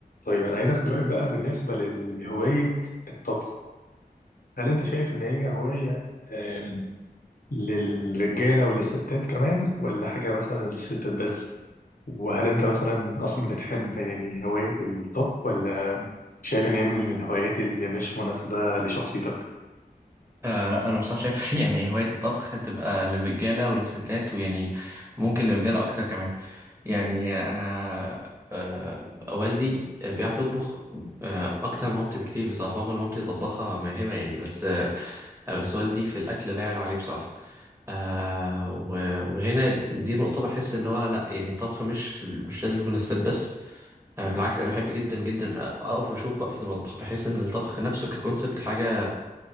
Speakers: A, on the left; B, on the right.
A: طيب انا عايز اخد رايك بقى بالنسبه لهوايه الطبخ هل انت شايف ان هي هوايه آم، للرجاله وللستات كمان ولا حاجه مثلا للستات بس وهل انت مثلا اصلا بتحب يعني هوايه الطبخ ولا شايف ان هي من الهوايات اللي مش مناسبه لشخصيتك
B: آه، لا، انا بصراحه شايف <laughs> يعني هوايه الطبخ تبقى للرجاله وللستات ويعني ممكن للرجاله اكتر كمان يعني انا آه، والدي بيعرف يطبخ آه، اكتر من مامتي بكتير بصراحه رغم ان مامتي طباخه ماهره يعني بس آه، بس والدي في الاكل لا يعلى عليه بصراحه آه، و- وهنا دي نقطه بحس اللي هو لا يعني الطبخ مش مش لازم يكون للستات بس آه، بالعكس انا بحب جدا جدا اقف اشوف وقفه المطبخ بحس ان الطبخ نفسه ككونسبت حاجه